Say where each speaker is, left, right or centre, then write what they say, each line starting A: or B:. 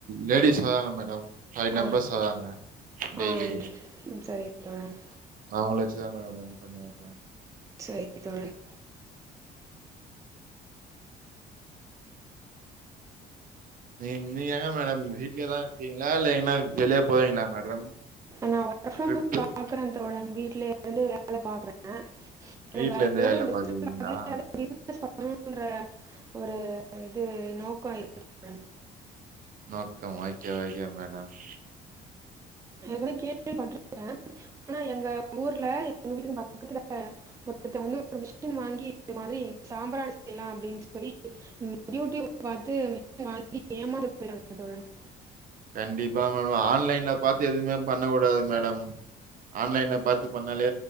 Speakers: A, on the right (about 55°); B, on the right (about 20°).
A: லேடீஸ் வராங்க மேடம் ஃபை மெம்பர்ஸ்
B: ஆ
A: வராங்க டெய்லி
B: ஆ ம், சரி தோழன்
A: அவுங்கள வச் சு தா மேடம் ரன் பண்ணிட்ருக்கே
B: சரிங்க தோழர்
A: நீங் நீங்க எங்க மேடம் வீடலேதா இருக்கிங் ங்களா இல்ல இனிமேல் வெளிய போவீங்களா மேடம்
B: நா ஒர்க் ஃப்ரம்
A: ட்ரிப்பு
B: ஹோம் பாக்குறே தோழன் வீட்ல இருந்தே வேல பாக்குறே ஆ எனக்கு
A: வீட்ல
B: அத
A: இருந்து
B: விட
A: வேல
B: பெஸ்ட்
A: பாக்குறீங்களா
B: பிளான் வந்து எதாது பிசினஸ் பண்ணும் மூன்ற ஒரு இது நோக்கம் இருப்பதுடன்
A: நோக்கம் ஓகே ஓகே மேடம்
B: ஏற்கனவே கேள்வி பட்டுருக்கே ஆனா எங்க ஊர்ல எங்க வீட்டுக்கு பக்கத்துல ஒருத்தங்க வந்து ஒரு மிஷின் வாங்கி இந்த மாதிரி சாம்பிராணி செய்யலாம் அப்படின்னு சொல்லி யூடியூப் பாத்து வாங்கி ஏமாந்து போயிருக்காங்க தோழன்
A: கண்டிப்பா என்ன பண்வ ஆன் ஆன்லைன்ல பாத்து எதுவுமே பண்ணக்கூடாது மேடம் ஆன்லைன்ல பாத்து பண்ணாலே